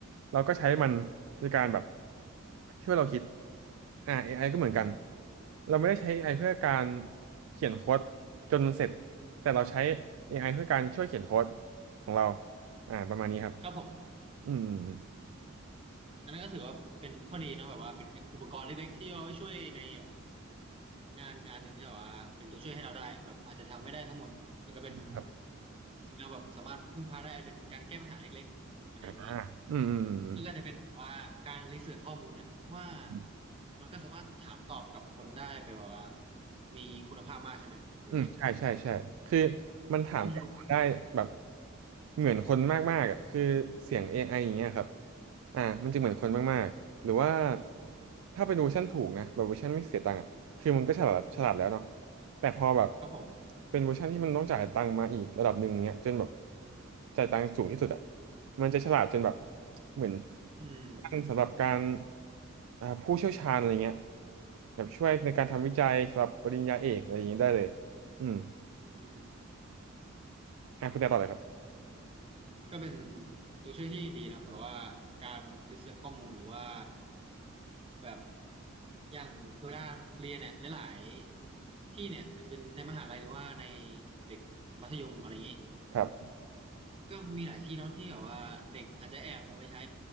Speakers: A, on the right; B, on the right.
A: เราก็ใช้มันในการแบบช่วยเราคิดอ่า AI ก็เหมือนกันเราไม่ได้ใช้ AI เพื่อการเขียนโค้ดจนมันเสร็จแต่เราใช้ AI เพื่อการช่วยเขียนโค้ดของเราอ่าประมาณนี้ครับ
B: ครับผม
A: อืมอืมอืม
B: อืมอันนั้นก็ถือว่าเป็นข้อดีนะแบบว่าเป็นอุปกรณ์เล็กๆที่เอาไว้ช่วยในแบบงานงานหนึ่งที่แบบว่าเป็นตัวช่วยให้เราได้แบบอาจจะทำไม่ได้ทั้งหมดแต่ก็เป็น
A: ครับ
B: สิ่งเราแบบสามารถพึ่งพาได้อาจเป็นการแก้ปัญหาเล็กๆอะไรอย่างนี้
A: อ่าอืมอืมอืมอืม
B: แล้วก็จะเป็นแบบว่าการรีเสิร์ชข้อมูลเนี่ยว่า
A: อืม
B: มันก็สามารถถามตอบกับคนได้แบบว่ามีคุณภาพมากใช่ไหมเดี๋ยวนี้
A: อืมใช่ใช่ใช่คือมันถามตอบได้แบบ
B: ข้อมูล
A: เหมือนคนมากๆอ่ะคือเสียง AI อไออย่างเงี้ยครับอ่ามันจะเหมือนคนมากๆหรือว่าถ้าเป็นเวอร์ชันถูกนะแบบเวอร์ชันไม่เสียตังค์อ่ะคือมันก็ฉลาดฉลาดแล้วเนาะแต่พอแบบ
B: ครับผม
A: เป็นเวอร์ชันที่มันต้องจ่ายตังค์มาอีกระดับหนึ่งเงี้ยจนแบบจ่ายตังค์สูงที่สุดอ่ะมันจะฉลาดจนแบบเหมือน
B: อืม
A: ท่านสำหรับการอ่าผู้เชี่ยวชาญอะไรเงี้ยแบบช่วยในการทำวิจัยสำหรับปริญญาเอกอะไรอย่างเงี้ยได้เลย อืม
B: อืม
A: อ่ะคุณแต่ต่อเลยครับ
B: ก็เป็นตัวช่วยที่ดีเนาะแบบว่าการรีเสิร์ชข้อมูลหรือว่าแบบอย่างเวลาเรียนเนี่ยหลายๆที่เนี่ยอาจจะเป็นในมหาลัยหรือว่าในเด็กมัธยมอะไรอย่างนี้
A: ครับ
B: ก็มีหลายที่เนาะที่แบบว่าเด็กอาจจะแอบเอาไปใช้